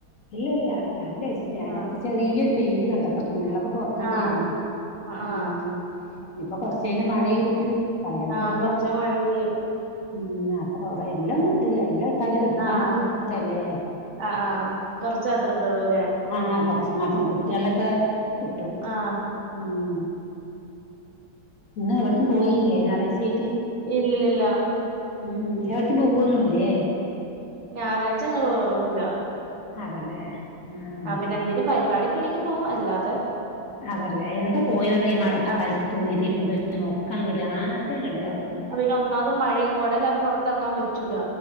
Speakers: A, on the left; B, on the right.
A: ഇല്ല ഇല്ല ഞാൻ കഴിച്ചിട്ടില ഞാന
B: ആഹ്
A: ചെറിയൊരു വെയില് കണ്ടു അപ്പൊ തുണികളൊക്കെ പുറത്തിടായിരുന്നു
B: ആഹ് ആഹ്
A: ഉം
B: ആഹ്
A: ഇനിയിപ്പോ കൊറച്ച് കഴിഞാൽ മഴയായിരിക്കും പറയാൻ പറ്റില്ല
B: ആഹ് കൊറച്ചഴിഞ്ഞാ മഴ പെയ്യും
A: ഉം അപ്പൊ കൊറേ എല്ലാംന്നും ഇട്ടില്ല എല്ലാം ഇട്ടാലും എടുക്കാനും
B: ആഹ്
A: ബുദ്ധിമുട്ടല്ലേ
B: ആഹ് ആഹ് കൊറച്ച മാത്ര ഇട്ടള്ളൂല്ലേ
A: ആഹ് കുറച്ച് മാത്രം കുട്ടിയോൾടെക്കെ ഇട്ടു
B: ആഹ്
A: ഉം ഇന്ന് എവിടേക്കും പോയില്ലേ ഞായറാഴ്ച ആയിട്ട്
B: ഇല്ലി ഇല്ലില്ല
A: ഉം എവിടക്കും പോവൊന്നൂല്ലേ
B: ഞായറാഴ്ച അങ്ങനെ പോവാറൊന്നുല്ല
A: അതല്ലേ ആ.
B: ആഹ് പിന്നെ എന്തിലും പരിപാടിയൊക്കെണെങ്കി പോകും അല്ലാതെ
A: അതല്ല എന്താ പോയി പറഞ്ഞ ഈ മഴക്കാലത്ത്
B: ആഹ്
A: തുണി തിരുമ്പ ഒക്കെ അങ്ങട്ട് ആകെ കിടാക്കും
B: പി ഒന്നാതും മഴയാകൊടല്ലാതെ പുറത്തിറങ്ങാൻ പറ്റൂല